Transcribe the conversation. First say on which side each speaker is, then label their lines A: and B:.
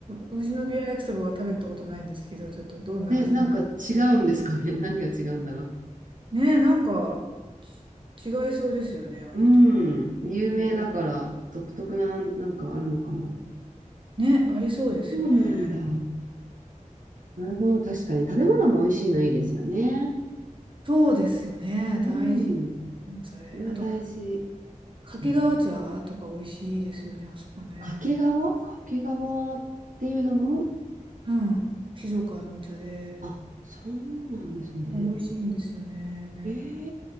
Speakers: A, on the right; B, on the right.
A: 富士宮焼きそばは食べたことないんですけど、ちょっとどんな味なの
B: ね、なんか違うんですかね。<laughs> 何が違うんだろう。
A: ねえ、なんか、ち違いそうですよね、味とか。
B: うん、有名だから独特な、
A: すごい
B: なんかあるのかな。
A: ね、ありそうですよね。
B: そうなんだ。なるほど、確かに。食べ物も美味しいのいいですよね。
A: そうですよね、
B: うん、
A: 大事。ねそれ。
B: それは大事。
A: あと、掛川茶とか美味しいですよね、
B: うん
A: あそこね。
B: 掛川掛川っていうのも、
A: うん、静岡のお茶で。
B: あ、そうなんですね。
A: もう美味しいんですよね。
B: え